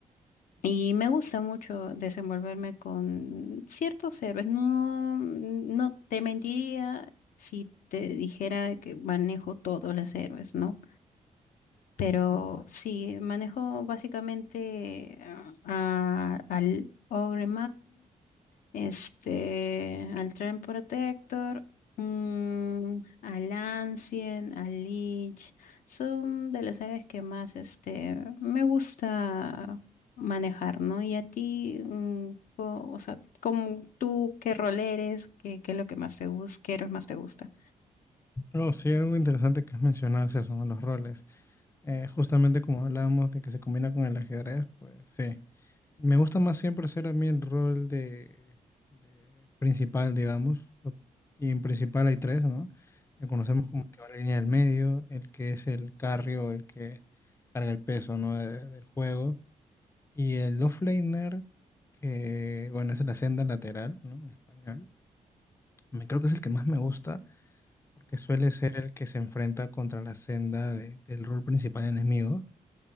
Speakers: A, on the left; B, on the left.
A: Y me gusta mucho desenvolverme con ciertos héroes. No, no te mentiría si te dijera que manejo todos los héroes, ¿no? Pero sí, manejo básicamente ah, a- al Ogre este, al Tren Protector, mm, al Ancien, al Lich, son de las áreas que más este, me gusta manejar, ¿no? Y a ti, mm, co- o sea, como tú, ¿qué rol eres? ¿Qué, qué es lo que más te gusta? ¿Qué héroes más te gusta?
B: Oh, sí, algo interesante que has mencionado es eso, ¿no? Los roles. Eh, justamente como hablábamos de que se combina con el ajedrez, pues sí. Me gusta más siempre hacer a mí el rol de, de principal, digamos. Y en principal hay tres, ¿no? Que conocemos como que va la línea del medio, el que es el carry o el que carga el peso, ¿no? de- del juego. Y el offlaner, que bueno, es la senda lateral, ¿no? En español. Me creo que es el que más me gusta, porque suele ser el que se enfrenta contra la senda de- del rol principal enemigo.